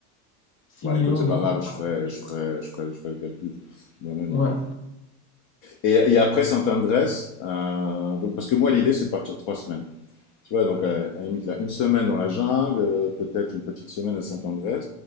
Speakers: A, on the left; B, on the left.
A: 6
B: Bah,
A: millions
B: écoute, c'est pas
A: divisé
B: grave, je
A: par
B: ferai,
A: quatre mille.
B: je ferai, je ferai, je ferai le calcul moi-même,
A: Ouais.
B: quoi. Et, et après Saint-Andrés, euh, donc, parce que moi, l'idée, c'est de partir trois semaines. Tu vois, donc à la limite, là, une semaine dans la jungle, euh, peut-être une petite semaine à Saint-Andrés.